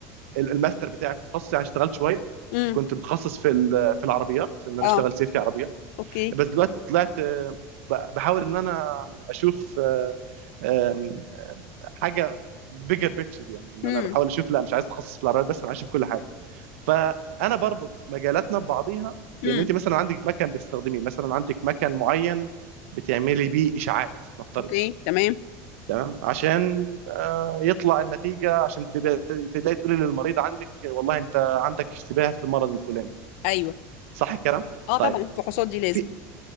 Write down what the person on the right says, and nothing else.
ال- الماستر بتاعي في تخصصي يعني اشتغلت شويه
كنت متخصص في ال- في العربيات ان انا
اشتغل سيفتي عربيه
بس دلوقتي طلعت آه، ب- بحاول ان انا اشوف آه، آم، حاجه بيجر بيكتشر يعني ان
انا بحاول اشوف لا مش عايز اتخصص في العربيات بس انا عايز اشوف كل حاجه فانا بربط مجالاتنا ببعضيها بان
انت مثلا عندك مكان بتستخدميه مثلا عندك مكان معين بتعملي بيه اشاعات نفترض
تمام عشان آه، يطلع النتيجه عشان تب- تبداي تقولي للمريض عندك والله انت عندك اشتباه في المرض الفلاني
صح الكلام؟
طيب
في